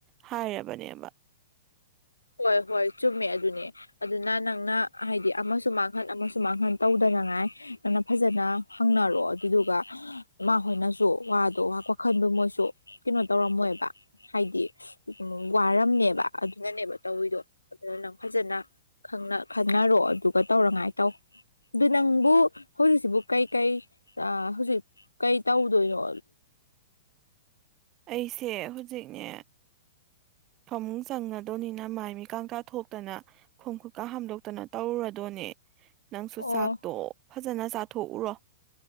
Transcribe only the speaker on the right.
ꯍꯥꯏꯔꯕꯅꯦꯕ
ꯑꯩꯁꯦ ꯍꯨꯖꯤꯛꯅꯦ ꯐꯃꯨꯡ ꯆꯪꯉꯗꯣꯅꯤꯅ ꯃꯥꯏ ꯃꯤ ꯀꯥꯡꯀꯥ ꯊꯣꯛꯇꯅ ꯈꯣꯡ ꯈꯨꯠꯀꯥ ꯍꯥꯝꯗꯣꯛꯇꯅ ꯇꯧꯔꯨꯔꯗꯣꯅꯦ ꯅꯪꯁꯨ
ꯆꯥꯛꯇꯣ ꯐꯖꯅ ꯆꯥꯊꯣꯛꯎꯔꯣ